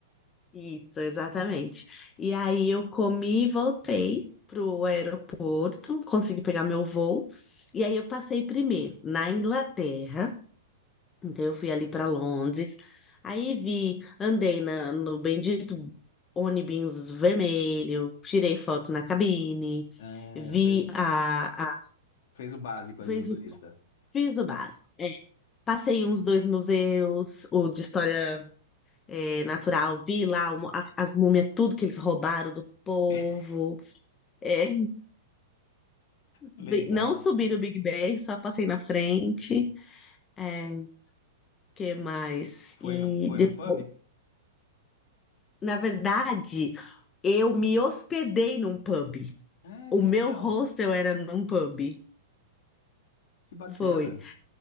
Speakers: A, on the left; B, on the left.
A: Isso, exatamente. E aí eu comi e voltei pro aeroporto, consegui pegar meu voo. E aí eu passei primeiro na Inglaterra, então eu fui ali para Londres. Aí vi, andei na- no bendito ônibus vermelho, tirei foto na cabine,
B: Ah,
A: vi
B: fez,
A: a, a
B: fez o básico ali
A: fiz,
B: do turista.
A: o- fiz o básico. É, passei uns dois museus, o de história é, natural. Vi lá o- a- as múmias, tudo que eles roubaram do povo.
B: <laughs>
A: É,
B: Legal.
A: vi- não subi no Big Ben, só passei na frente. É, que mais?
B: Foi
A: E
B: no, foi
A: depois,
B: num pub?
A: na verdade, eu me hospedei num pub.
B: Ah,
A: O
B: que
A: meu
B: legal.
A: hostel era num pub.
B: Que bacana.
A: Foi.